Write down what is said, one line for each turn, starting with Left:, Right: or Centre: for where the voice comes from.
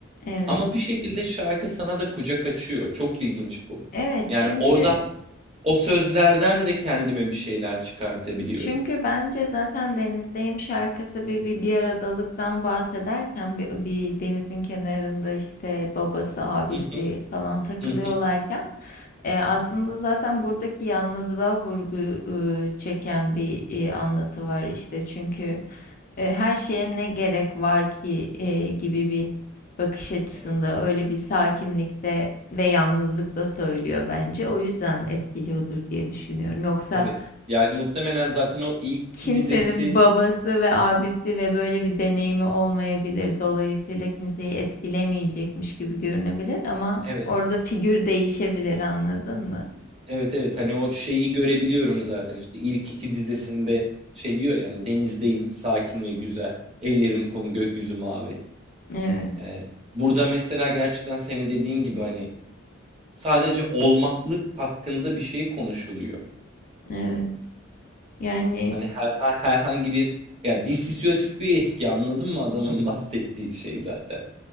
Left: Evet.
Right: Ama bir şekilde şarkı sana da kucak açıyor. Çok ilginç bu.
Left: Evet.
Right: Yani
Left: Çünkü
Right: oradan o sözlerden de kendime bir şeyler çıkartabiliyorum.
Left: çünkü bence zaten denizdeyim şarkısı bir bir, bir aradalıktan bahsederken bir, bir denizin kenarında işte babası, abisi
Right: Hı hı,
Left: falan takılıyorlarken
Right: hı hı.
Left: E, aslında zaten buradaki yalnızlığa vurgu e, çeken bir e, anlatı var işte çünkü e, her şeye ne gerek var ki e, gibi bir bakış açısında
Right: Evet,
Left: öyle bir sakinlikte ve yalnızlıkta söylüyor bence. O yüzden etkiliyordur diye düşünüyorum. Yoksa
Right: evet. Yani muhtemelen zaten o ilk
Left: kimsenin
Right: iki dizesi
Left: babası ve abisi ve böyle bir deneyimi olmayabilir. Dolayısıyla kimseyi etkilemeyecekmiş gibi görünebilir ama
Right: evet,
Left: orada figür değişebilir anladın mı?
Right: evet, evet. Hani o şeyi görebiliyorum zaten işte ilk iki dizesinde şey diyor yani denizdeyim, sakin ve güzel. Ellerim kum, gökyüzü mavi.
Left: Evet.
Right: Ee, burada mesela gerçekten senin dediğin gibi hani sadece olmaklık hakkında bir şey konuşuluyor.
Left: Evet. Yani
Right: Hani her, her- herhangi bir yani dissosiyatif bir etki anladın mı adamın <laughs> bahsettiği şey zaten.